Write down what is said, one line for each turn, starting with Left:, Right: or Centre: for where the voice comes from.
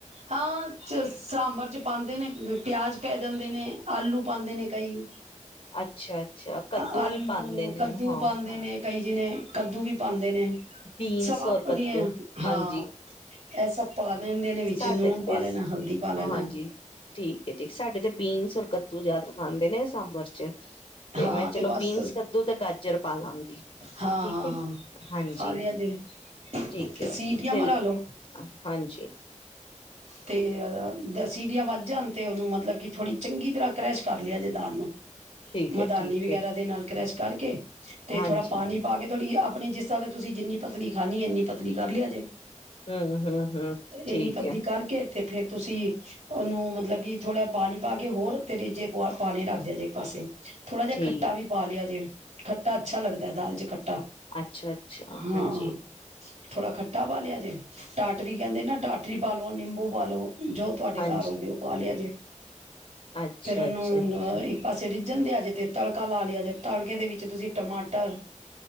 Right: ਹਾਂ 'ਚ ਸਾਂਬਰ 'ਚ ਪਾਦੇ ਨੇ ਪਿਆਜ ਪੈ ਜਾਂਦੇ ਨੇ। ਆਲੂ ਪਾਦੇ ਨੇ ਕਈ।
Left: ਅੱਛਾ-ਅੱਛਾ ਕੱਦੂ
Right: ਆਲੂ
Left: ਵੀ ਪਾਦੇ ਨੇ
Right: ਕੱਦੂ
Left: ਹਾਂ।
Right: ਪਾਉਂਦੇ ਨੇ ਕਈ ਜੀਨੇ ਕੱਦੂ ਵੀ ਪਾਂਦੇ ਨੇ।
Left: ਬੀਨਸ
Right: ਸਭ ਆਪਣੀ
Left: ਔਰ ਕੱਦੂ
Right: ਏ
Left: ਹਾਂਜੀ
Right: ਹਾਂ। ਐ ਸਭ ਪਾ ਲੈਂਦੇ ਨੇ। ਵਿੱਚ
Left: ਸਾਡੇ
Right: ਨੂਨ
Left: ਤੇ,
Right: ਪਾ ਲੈਣਾ ਹਲਦੀ ਪਾ ਲੈਣਾ
Left: ਹਾਂਜੀ ਠੀਕ ਹੈ, ਠੀਕ ਸਾਡੇ ਬੀਨਸ ਰ ਕੱਤੂ ਜ਼ਿਆਦਾ ਪਾੰਦੇ ਨੇ ਸਾੰਭਰ ਚ?
Right: ਹਾਂ
Left: ਤੇ ਮੈਂ ਚਲੋ
Right: ਬਸ
Left: ਬੀਨਸ, ਕੱਦੂ ਤੇ ਗਾਜਰ ਪਾ ਲਾਂਗੀ
Right: ਹਾਂ
Left: ਠੀਕ
Right: ਹਾਂ
Left: ਏ,
Right: ਹਾਂ
Left: ਹਾਂਜੀ
Right: ਖਾ ਲਿਆ ਜੇ
Left: ਠੀਕ
Right: ਤੇ
Left: ਏ।
Right: ਸੀਟੀਆਂ
Left: ਤੇ
Right: ਮਰਾ ਲੋ
Left: ਹਾਂਜੀ।
Right: ਤੇ ਦਸੀਟੀਆ ਵੱਜਣ ਤੇ ਉਹਨੂੰ ਮਤਲਬ ਕਿ ਥੋੜ੍ਹੀ ਚੰਗੀ ਤਰ੍ਹਾਂ ਕਰੈਸ਼ ਕਰ ਲਿਆ ਜੇ ਦਾਲ ਨੂੰ।
Left: ਠੀਕ
Right: ਮਦਾਨੀ
Left: ਹੈ ਠੀਕ
Right: ਵਗੈਰਾ
Left: ਹੈ
Right: ਦੇ ਨਾਲ ਕਰੈਸ਼ ਕਰਕੇ ਤੇ
Left: ਹਾਂਜੀ
Right: ਥੋੜ੍ਹਾ ਪਾਣੀ ਪਾ ਕੇ ਥੋੜ੍ਹੀ ਆਪ ਆਪਣੀ ਜਿਸਾਂ ਤੇ ਤੁਸੀਂ ਜਿੰਨੀ ਪਤਲੀ ਖਾਨਣੀ ਇੰਨੀ ਪਤਲੀ ਕਰ ਲਿਆ ਜੇ
Left: ਹਮ, ਹਮ, ਹਮ, ਠੀਕ
Right: ਇੰਨੀ ਪਤਲੀ
Left: ਹੈ।
Right: ਕਰਕੇ ਤੇ ਫੇਿਰ ਤੁਸੀਂ ਉਹਨੂੰ ਮਤਲਬ ਕਿ ਥੋੜਾ ਪਾਣੀ ਪਾ ਕੇ ਹੋਰ ਉੱਤੇ ਰੇਜੇ ਪਾ ਪਾਣੇ ਕੇ ਰੱਖ ਧਯਾਜੇ ਇੱਕ ਪਾਸੇ। ਥੋੜ੍ਹਾ ਜਿਹਾ
Left: ਠੀਕ
Right: ਖੱਟਾ ਵੀ ਪਾ ਲਿਆ ਜੇ ਖੱਟਾ ਅੱਛਾ ਲੱਗਦਾ ਹੈ ਦਾਲ ਚ ਖੱਟਾ,
Left: ਅੱਛਾ ਅੱਛਾ
Right: ਹਾਂ-ਹਾਂ,
Left: ਹਾਂਜੀ
Right: ਥੋੜ੍ਹਾ ਖੱਟਾ ਪਾ ਲਿਆ ਜੇ। ਟਾਟਰੀ ਕਹਿੰਦੇ ਨਾ ਟਾਟਰੀ ਪਾ ਲਓ ਨਿੰਬ ਭੂ ਪਲੋ ਜੋ ਤੁਹਾਡੇ
Left: ਹਾਂਜੀ
Right: ਘਰ ਹੋ ਗਏ ਉਹ ਪਾਹ ਲਿਆ ਜੇ।
Left: ਅੱਛਾ
Right: ਫੇਰ ਉਹਨੂੰ
Left: ਅੱਛਾ
Right: ਅਹ ਇੱਕ ਪਾਸੇ ਰਿੱਝਣ ਦੇ ਆਜੇ ਤੇ ਤੜਕਾ ਲਾ ਲਿਆਜੇ, ਤੜਕੇ ਦੇ ਵਿੱਚ ਤੁਸੀਂ ਟਮਾਟਰ